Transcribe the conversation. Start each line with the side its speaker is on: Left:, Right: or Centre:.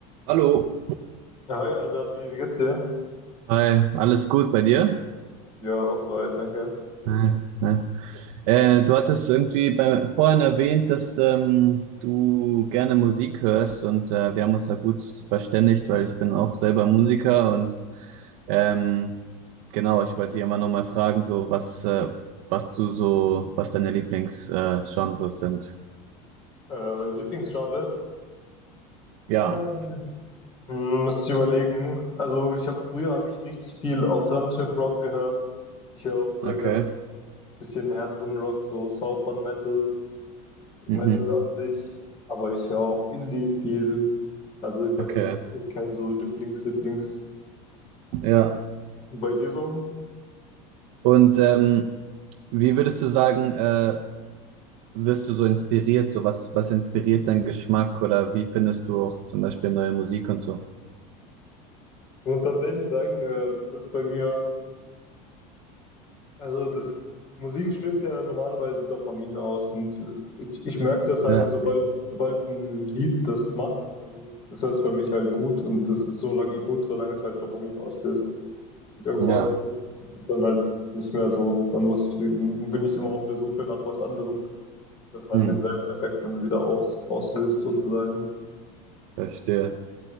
Right: Hallo,
Left: Hi Alberti, wie geht's dir?
Right: Hi, alles gut bei dir?
Left: Ja, auch soweit, danke.
Right: Äh, äh. Äh, du hattest irgendwie bei, vorhin erwähnt, dass ähm, du gerne Musik hörst und äh, wir haben uns da gut verständigt, weil ich bin auch selber Musiker und ähm, genau, ich wollte dich immer noch mal fragen, so was, äh, was du so, was deine Lieblingsgenres äh, Genres sind.
Left: Äh, meine Lieblingsgenres?
Right: ja,
Left: Ähm, hm, müsste ich überlegen. Also ich habe früher habe ich richtig viel Alternative Rock gehört. Ich höre auch sehr
Right: okay.
Left: gern ein bisschen härteren Rock, so Southern Metal, Metal
Right: Mhm.
Left: an sich. Aber ich höre auch Indie viel. Also bei
Right: Okay,
Left: mir gibt es echt kein so Lieblings-Lieblings-Genre.
Right: ja.
Left: Und bei dir so?
Right: Und ähm, wie würdest du sagen, äh, wirst du so inspiriert? So was, was inspiriert deinen Geschmack oder wie findest du auch zum Beispiel neue Musik und so?
Left: Ich muss tatsächlich sagen, äh, das ist bei mir. Also das Musik stößt ja normalerweise Dopamin aus und ich, ich merke das halt,
Right: Ja,
Left: sobald, sobald ein Lied das macht, dann ist das für mich halt gut und das ist so lange gut, solange es halt Dopamin ausstößt. Und irgendwann
Right: ja,
Left: ist es, ist es dann halt nicht mehr so. Dann muss ich, bin ich immer auf der Suche nach was anderem, das halt
Right: hm,
Left: denselben Effekt dann wieder aus, auslöst sozusagen.
Right: verstehe.